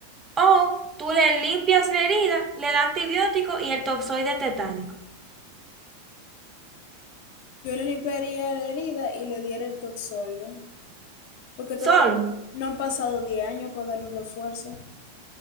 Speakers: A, on the right; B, on the left.
A: O tú le limpias la herida, le das antibiótico y el toxoide tetánico.
B: Yo le limpiaría la herida y le diera el toxoide, porque
A: Solo.
B: todavía no han pasado 10 años para dar un refuerzo.